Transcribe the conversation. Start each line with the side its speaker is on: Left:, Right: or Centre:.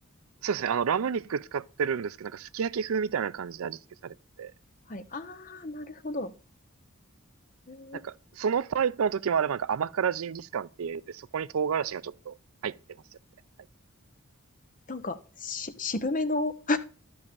Right: そうですね。あの、ラム肉使ってるんですけど、なんかすき焼き風みたいな感じで味付けされてて、
Left: はい。あー、なるほど。うーん
Right: なんか、そのタイプの時もあれば、なんか甘辛ジンギスカンって言って、そこに唐辛子がちょっと入ってますよ、みたいなタイプ。
Left: なんか、し、渋めの、